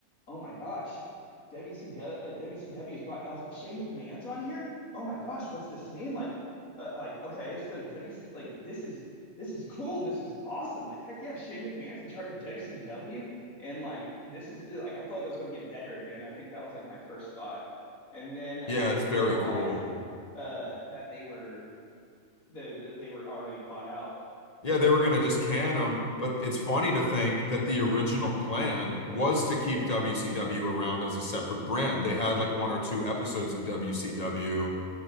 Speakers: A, on the left; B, on the left.
A: oh my gosh, WCW, uh, WCW's but I was like, Shane McMahon's on here? Oh my gosh, what's this mean? Like, uh, like okay, so WC like this is this is cool. This is awesome. Like, heck yeah, Shane McMahon's in charge of WCW and like this is like I felt like I was going to get better again. I think that was like my first thought, and then
B: Yeah,
A: I didn't
B: it's very
A: realize
B: cool.
A: uh that they were the, the they were already bought out.
B: Yeah, they were
A: I'll
B: going
A: think,
B: to just can him, but it's funny to think that the original plan was to keep WCW around as a separate brand. They had like one or two episodes of WCW